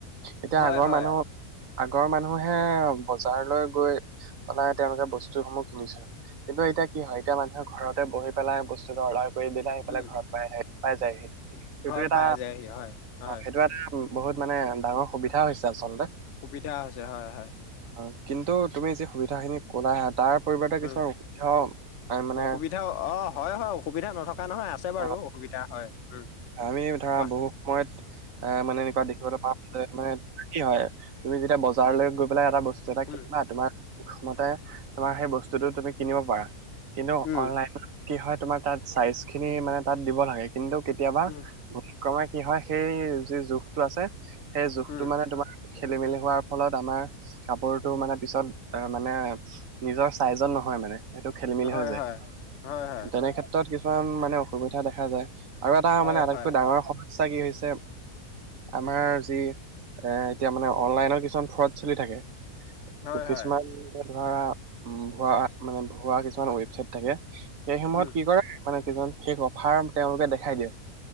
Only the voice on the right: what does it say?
এতিয়া
আগৰ
মানুহ আগৰ মানুহে বজাৰলৈ গৈ পেলাই তেওঁলোকে বস্তুসমূহ কিনিছিল। কিন্তু এতিয়া কি হয় এতিয়া মানুহে ঘৰতে বহি পেলাই বস্তুটো অৰ্ডাৰ কৰি দিলে, সিফালে
ঘৰত পাইহে পাই যায়হি।
সেইটো
এটা
অ' সেইটো এটা বহুত মানে ডাঙৰ সুবিধা হৈছে আচলতে।
অ, কিন্তু তুমি যি সুবিধাখিনি ক'লা, তাৰ পৰিৱৰ্তে কিছুমান
অসুবিধাও আহ, মানে
অ
আমি ধৰা,
বহু সময়ত এ- মানে এনেকুৱা দেখিবলৈ পাও যে, মানে কি হয় তুমি যেতিয়া বজাৰলৈ গৈ পেলাই এটা বস্তু এটা
কিনিবা, তোমাৰ মতে তোমাৰ সেই বস্তুটো তুমি কিনিব পাৰা। কিন্তু
অনলাইনত কি হয়, তোমাৰ তাত চাইজখিনি মানে তাত দিব লাগে। কিন্তু কেতিয়াবা
ক্ৰমে কি হয়, সেই যি জোখটো আছে, সেই জোখটো
মানে তোমাৰ খেলি-মেলি হোৱাৰ ফলত, আমাৰ কাপোৰটো মানে পিছত মানে নিজৰ ছাইজত নহয় মানে। সেইটো খেলি-মেলি
হৈ যায়।
তেনে ক্ষেত্ৰত কিছু মান মানে অসুবিধা দেখা যায়। আৰু এটা
মানে আটাইতকৈ
ডাঙৰ সমস্যা কি হৈছে আমাৰ যি এ এতিয়া মানে অনলাইনৰ কিছুমান ফ্ৰোড চলি থাকে।
কিছুমান
ধৰা, ভুৱা- মানে ভুৱা কিছুমান ৱেবচাইট থাকে। সেই সমূহত
কি কৰে, মানে কিছুমান ফেক অফাৰ তেওঁলোকে দেখাই দিয়ে।